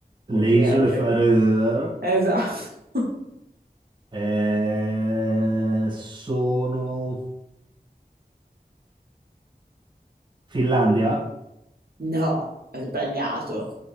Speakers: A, on the right (about 70°); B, on the right (about 30°).
A: Come
B: Le
A: si legge?
B: isole Faroe
A: Esatto. <laughs>
B: eh, sono Finlandia?
A: No, è sbagliato.